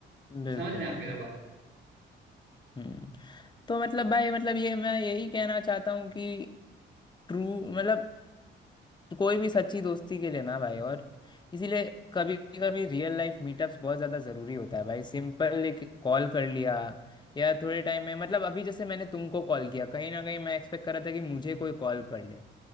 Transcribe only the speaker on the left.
बिल्कुल
बिल्कुल
हम्म तो मतलब भाई मतलब ये मैं यही कहना चाहता हूँ कि ट्रू मतलब तो कोई भी सच्ची दोस्ती के लिए ना भाई और इसीलिए कभी कभी रियल लाइफ मीटअप्स बहुत ज़्यादा ज़रूरी होता है भाई सिंपल एक कॉल कर लिया या थोड़े टाइम में मतलब अभी जैसे मैंने तुमको कॉल किया कहीं ना कहीं मैं एक्सपेक्ट कर रहा था कि मुझे कोई कॉल कर ले